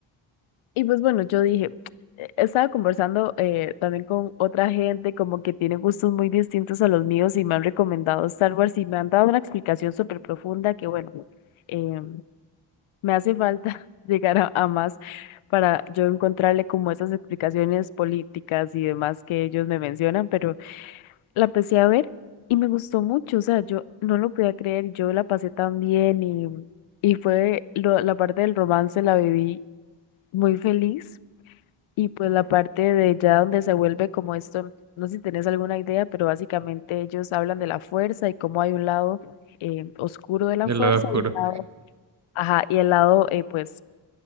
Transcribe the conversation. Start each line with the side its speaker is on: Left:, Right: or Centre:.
Left: y pues bueno, yo dije, eh, estaba conversando eh, también con otra gente como que tiene gustos muy distintos a los míos y me han recomendado Star Wars y me han dado una explicación súper profunda que bueno, eh, me hace falta <laughs> llegar a, a más para yo encontrarle como esas explicaciones políticas y demás que ellos me mencionan, pero... la empecé a ver y me gustó mucho, o sea, yo no lo podía creer, yo la pasé tan bien y, y fue lo- la parte del romance la viví muy feliz y pues la parte de ya donde se vuelve como esto, no sé si tenés alguna idea, pero básicamente ellos hablan de la fuerza y cómo hay un lado eh, oscuro de la
Right: el
Left: fuerza
Right: lado oscuro,
Left: y un lado, ajá, y el lado eh, pues...